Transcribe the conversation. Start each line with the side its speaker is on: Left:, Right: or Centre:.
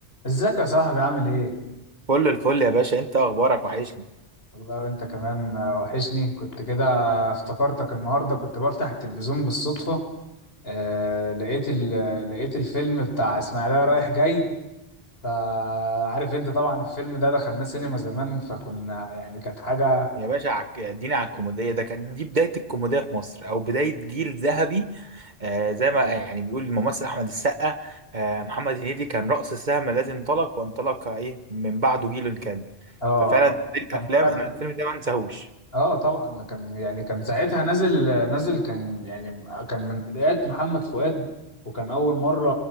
Left: ازيك يا صاحبي عامل ايه؟
Right: كل الفل يا باشا انت اخبارك وحشني
Left: والله انت كمان آه، وحشني كنت كده افتكرتك النهارده كنت بفتح التلفزيون بالصدفة آه لقيت ال... لقيت الفيلم بتاع اسماعيلية رايح جاي فعارف انت طبعا الفيلم ده دخلناه سينما زمان فكنا يعني كانت حاجة
Right: يا باشا عك... اديني على الكوميديا ده كان دي بدايه الكوميديا في مصر او بدايه جيل ذهبي آه زي ما يعني بيقول الممثل احمد السقا آه محمد هنيدي كان رأس السهم الذي انطلق وانطلق ايه من بعده جيل كامل
Left: اه
Right: ففعلا دي الافلام
Left: كان فعلا
Right: انا الفيلم ده ما انساهوش
Left: اه طبعا ده كان يعني كان ساعتها نازل نازل كان يعني كان من بدايات محمد فؤاد وكان اول مره